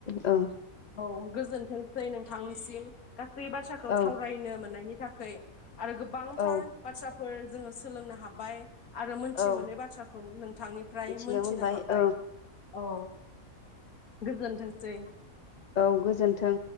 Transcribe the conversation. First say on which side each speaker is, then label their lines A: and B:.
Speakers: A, on the left; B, on the left.
A: औ
B: औ गोजोनथोंसै नोंथांनिसिम गासै बाथ्राखौ
A: औ
B: सावरायनो मोननायनि थाखै आरो गोबांथार
A: औ
B: बाथ्रा फोर जोङो सोलोंनो हाबाय आरो मोनथि
A: औ
B: मोनै बाथ्राखौ नोंथांनिफ्राय
A: मिथिनो
B: मोनथिनो
A: मोनबाय
B: हाबाय
A: औ
B: औ। गोजोनथोंसै।
A: औ गोजोन्थों।